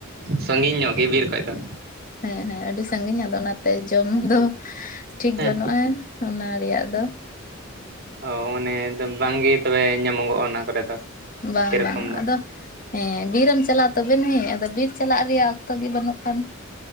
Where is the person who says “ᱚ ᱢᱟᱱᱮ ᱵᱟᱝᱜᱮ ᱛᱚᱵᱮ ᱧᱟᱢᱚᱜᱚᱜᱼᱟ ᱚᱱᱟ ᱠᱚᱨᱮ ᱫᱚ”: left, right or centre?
Right